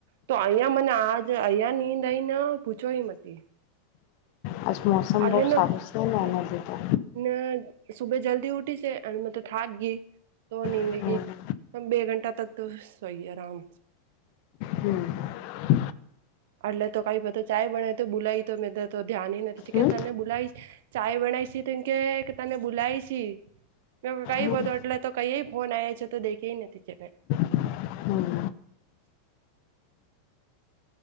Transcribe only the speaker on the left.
આજ મોસમ
બહુ
સારું છે ને
એના લીધે
હમ
હમ!
હમ
હમ
હમ.